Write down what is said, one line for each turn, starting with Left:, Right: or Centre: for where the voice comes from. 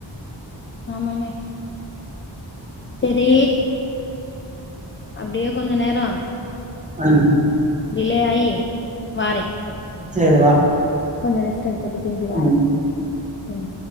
Left: ஆமாண்ணே செரி அப்டியே கொஞ்ச நேரோ
Right: ஆ
Left: டிலே ஆயி வாரே
Right: சேரி வா
Left: கொஞ்ச ரெஸ்ட்டு எடுத்துட்டு திரும்பி வாரே
Right: ம்
Left: ம்